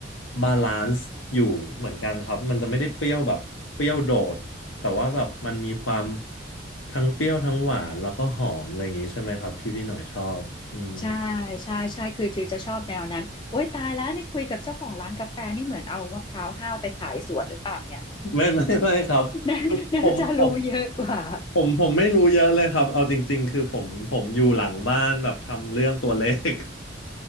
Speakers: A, on the left; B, on the left.
A: บาลานซ์อยู่เหมือนกันครับมันจะไม่ได้เปรี้ยวแบบเปรี้ยวโดดแต่ว่าแบบมันมีความทั้งเปรี้ยวทั้งหวานแล้วก็หอมอะไรอย่างนี้ใช่ไหมครับที่พี่หน่อยชอบอืม
B: ใช่ใช่ใช่คือจีจะชอบแนวนั้นโอ้ยตายแล้วนี่คุยกับเจ้าของร้านกาแฟนี่เหมือนเอามะพร้าวห้าวไปขายสวนหรือเปล่าเนี่ย
A: ไม่ <laughs> ไม่ไม่ครับ
B: <laughs> น่าน่าจะรู้เยอะกว่า
A: ผมผมผมผมไม่รู้เยอะเลยครับเอาจริงๆคือผมผมอยู่หลังบ้านแบบทำเรื่องตัวเลข